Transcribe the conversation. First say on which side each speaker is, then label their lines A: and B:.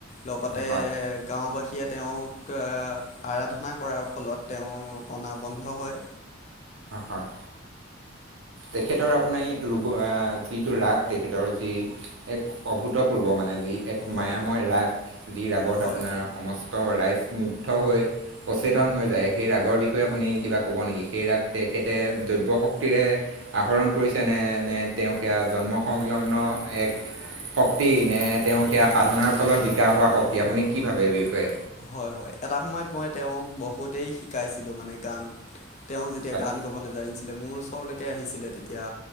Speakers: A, on the left (about 35°); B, on the right (about 75°).
A: লগতে
B: হয়
A: গাঁওবাসীয়ে তেওঁক আৰাধনা কৰাৰ ফলত তেওঁ কনা বন্ধ হয়।
B: হয় তেখেতৰ আপোনাৰ এই ৰোগ আহ যিটো ৰাগ তেখেতৰ যি এক অভূতপূৰ্ব মানে। যি এক
A: হয়
B: মায়াময় ৰাগ, যি ৰাগত
A: হয় হয়
B: আপোনাৰ সমস্ত ৰাইজ মুগ্ধ হৈ সচেতন হৈ যায়। সেই ৰাগৰ বিষয়ে আপুনি কিবা ক'ব নেকি? সেই ৰাগ তে তেখেতে দ্ৰব্য শক্তিৰে আহৰণ কৰিছে নে? নে তেওঁ সেয়া জন্ম সংলগ্ন এক শক্তি নে? তেওঁৰ সেয়া সাধনাৰ ফলত বিকাশ হোৱা শক্তি আপুনি কি ভাবে এই বিষয়ে?
A: হয়, হয় এটা সময়ত মই তেওঁক বহুতেই শিকাইছিলোঁ মানে গান। তেওঁ যেতিয়া
B: হয়
A: গান গাব নাজানিছিল। মোৰ ওচৰলৈকে আহিছিলে তেতিয়া